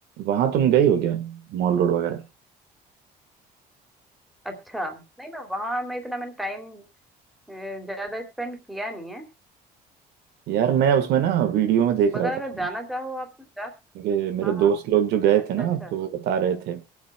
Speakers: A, on the right; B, in the centre.
A: वहाँ तुम गई हो क्या मॉल रोड वगैरह
B: अच्छा नहीं मैं वहां मैं इतना मैंने टाइम ज्यादा स्पेंड किया नहीं है
A: यार मैं उसमें ना वीडियो में देख
B: मगर
A: रहा था
B: अगर जाना चाहो आप तो जा
A: क्योंकि
B: हाँ
A: मेरे दोस्त
B: हाँ
A: लोग जो गए
B: अच्छा
A: थे ना
B: अच्छा
A: तो वो बता रहे थे